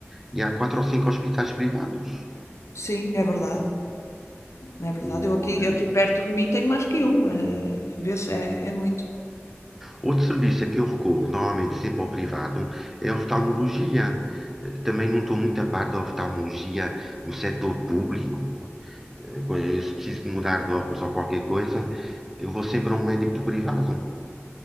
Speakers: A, in the centre; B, on the left.
A: e há quatro ou cinco hospitais privados.
B: Sim, é verdade. É verdade.
A: O,
B: Eu aqui,
A: eh,
B: aqui perto de mim tenho mais que um. É, vê-se, é, é muito.
A: Outro serviço a que eu recorro, normalmente sempre ao privado, é a oftalmologia. Eh, Também não estou muito a par da oftalmologia no setor público. Eh, quando- Se preciso de mudar de óculos ou qualquer coisa, eu vou sempre a um médico do privado.